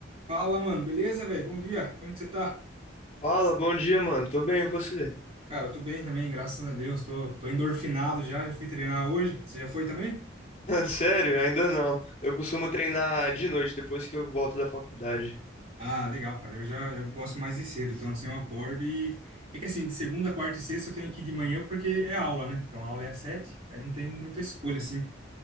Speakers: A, on the right; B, on the left.
A: Fala, mano, beleza, velho? Bom dia, como que você tá?
B: Fala, bom dia, mano. Tô bem, e você?
A: Cara, eu tô bem também, graças a Deus, tô, tô endorfinado já, já fui treinar hoje. Você já foi também?
B: <laughs> Sério? Ainda não. Eu costumo treinar de noite, depois que eu volto da faculdade.
A: Ah, legal, cara, eu já eu gosto mais de cedo, então assim eu acordo e. É que assim, de segunda, quarta e sexta eu tenho que ir de manhã porque é aula, né? Então a aula é às sete, aí não tem muita escolha assim.